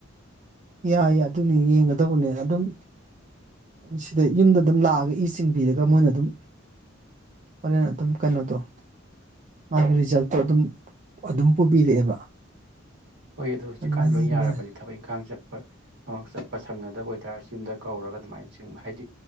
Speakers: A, on the right; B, on the right.
A: ꯌꯥꯏ ꯑꯗꯨꯅꯤ ꯌꯦꯡꯒꯗꯧꯕꯅꯤ ꯑꯗꯨꯝ ꯁꯤꯗ ꯌꯨꯝꯗ ꯑꯗꯨꯝ ꯂꯥꯛꯑꯒ ꯏ ꯆꯤꯡꯕꯤꯔꯒ ꯃꯣꯏꯅ ꯑꯗꯨꯝ ꯍꯣꯔꯦꯟ ꯑꯗꯨꯝ ꯀꯩꯅꯣꯗꯣ ꯃꯥꯒꯤ ꯔꯤꯖꯜꯇꯣ ꯑꯗꯨꯝ ꯑꯗꯨꯝ ꯄꯨꯕꯤꯔꯛꯑꯦꯕ
B: ꯍꯣꯏ ꯑꯗꯨ ꯍꯧꯖꯤꯛꯀꯥꯟꯗꯤ
A: ꯑꯗꯨꯃꯥꯏꯅ
B: ꯂꯣꯏ
A: ꯌꯦꯡꯕ
B: ꯌꯥꯔꯕꯅꯦ
A: ꯌꯥꯏ
B: ꯊꯕꯛ ꯏꯪꯈꯥꯡ ꯆꯠꯄ ꯑꯃ ꯆꯠꯄ ꯁꯪꯅꯗꯕ ꯑꯣꯏꯇꯥꯔꯁꯨ ꯌꯨꯝꯗ ꯀꯧꯔꯒ ꯑꯗꯨꯃꯥꯏꯅ ꯆꯤꯡꯕ ꯍꯥꯏꯗꯤ